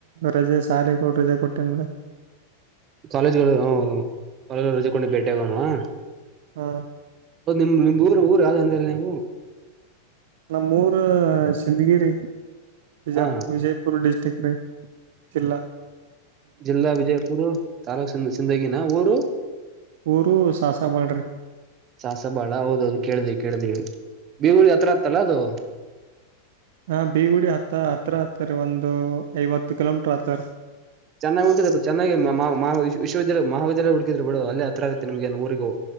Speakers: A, on the right; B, on the right.
A: ರಜೆ ಶಾಲೆ ಕೊ ರಜೆ ಕೊಟ್ಟೇಂದ.
B: ಕಾಲೇಜ್ಗಳು ಹೂ ರಜೆಕೊಂಡು ಭೇಟಿ ಆಗೋಣವಾ
A: ಹಾ
B: ನಿಮ್ ನಿಮ್ದ್ ಊರ ಊರ್ ಯಾವ್ದ ಅಂದ್ರಲ್ಲ ನೀವು.
A: ನಮ್ಮೂರ ಶಿಂದಗಿರಿ. ವಿಜ
B: ಹಾ
A: ವಿಜಯಪುರ ಡಿಸ್ವ ತಕ್ರಿ ತಿಲ್ಲ
B: ಜಿಲ್ಲಾ ವಿಜಯಪುರ್ ತಾಲೂಕ್ ಸಿಂದಗಿನ ಊರು
A: ಊರು ಸಾಸಾಬಾಳ್ರಿ
B: ಸಾಸಬಾಳ ಹೌದೌದು ಕೇಳ್ದಿ ಕಡ್ದೀವಿ ಬೇವುಳಿ ಹತ್ರ ತಲದು
A: ಹಾ ಬೀಗುಡಿ ಹತ್ತ ಹತ್ರ ಆತರಿೀ ಒಂದು ಐವತ್ತು ಕಿಲೋಮೀಟ್ರ ಆತರಿೀ
B: ಚನ್ನಾಗಿ ಉುಕಿದಬೇಕ ಚೆನ್ನಾಗಿ ಮಹಾ ವಿ್ವಿದ್ಯಾಲಯ ಮಹಾವಿದ್ಯಾಲಯ ಉುಕಿದ್ಿ ಬಿಡಡು ಅೇ ಹತ್ರ ಆಗುತ್ತೆಮಗೆ ಏ ಊರಿಗೂ